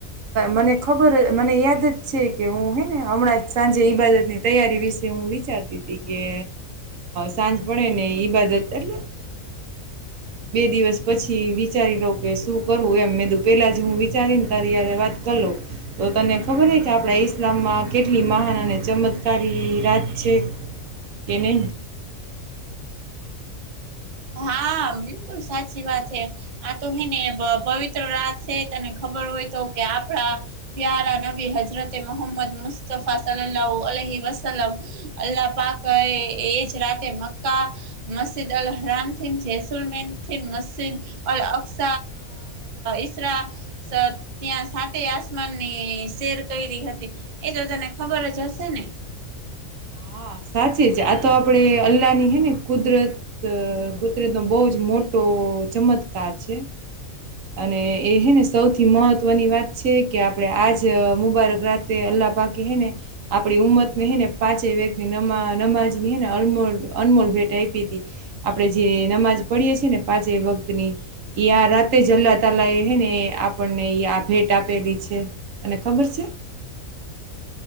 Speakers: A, on the right; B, on the right.
A: મને ખબર મને યાદ જ છે કે હું હે ને હમણાં સાંજે ઈબાદતની તૈયારી વિશે હું વિચારતી હતી કે સાંજ પડે ને ઈબાદત એટલે બે દિવસ પછી વિચારી લો કે શું કરવું એમ મેં દું પેલા જ હું વિચારી ને તારી્યારે વાત કલો તો તને ખબર હો કે આપણા ઈસ્લામમાં કેટલી મહાન અને ચમત્કારી રાજત છે કે કેને
B: હા બિલકુલ સાચી વાત છે આ તો હે ને પવિત્ર રાત છે તને ખર હોય તો કે આપણા પ્યારા નબી હજરતે મોહમદ મુસ્તફા સલા અ વસલમ અલ્લાહ પાક એજ રાતે મક્કા મસ્જિદ રામ થ જૈસુલમન થ મસ્જિદ અકસ ઇસરા ત્યાં સાતે આસમાનની શેર કરી હતી એ તો તને ખબર જ હશે ને
A: હા હા સાચી જ આ તો આપણે અલ્લાહની હૈ ને કુદરત કુદરતનો બહુ જ મોટો તો ચમત્કાર છે અને એ હેને સૌથી મહત્વની વાત છે કે આપડણે આજ મુબારક રાતે અ અલ્લાહ પાકી હ ને આપણી ઉંમત ને હે ને પાંચે વ્યક્તિ નમાં નમાજ નીને અ અનમોળ ભેટ આપી હતી આપડે જે નમાજ પડીએ છીએ ને પાંચે વખત ની આ રાતે જલ્લા તાલા એ હે ને આપણને આ ભેટ આપેલી છે અને ખબર છે